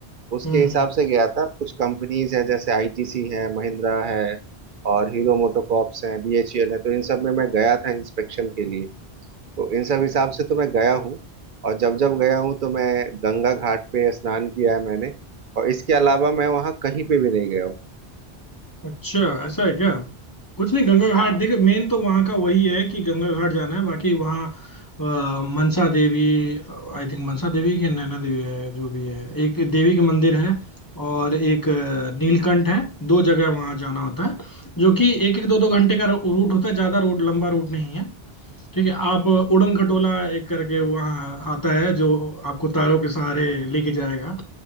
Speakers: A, on the right; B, on the left.
A: उसके
B: हम्म
A: हिसाब से गया था कुछ कंपनीज है जैसे आईटीसी है महिंद्रा है और हीरो मोटोकॉर्प्स है बीएचईएल है तो इन सब में मैं गया था इंस्पेक्शन के लिए तो इन सब हिसाब से तो मैं गया हूँ और जब जब गया हूँ तो मैं गंगा घाट पे स्नान किया है मैंने और इसके अलावा मैं वहाँ कहीं पे भी नहीं गया हूँ
B: अच्छा ऐसा है क्या कुछ नहीं गंगा घाट
A: हाँ
B: देख मेन तो वहाँ का वही है कि गंगा घाट जाना है बाकी वहाँ अ, मनसा देवी आई थिंक मनसा देवी की नैना देवी है जो भी है एक देवी का मंदिर है और एक अ, नीलकंठ है दो जगह वहाँ जाना होता है जो कि एक एक दो दो घंटे का रूट होता है ज़्यादा रूट लंबा रूट नहीं है ठीक है आप उड़न खटोला
A: अच्छा
B: एक करके वहाँ आता है जो आपको तारों के सहारे लेके जाएगा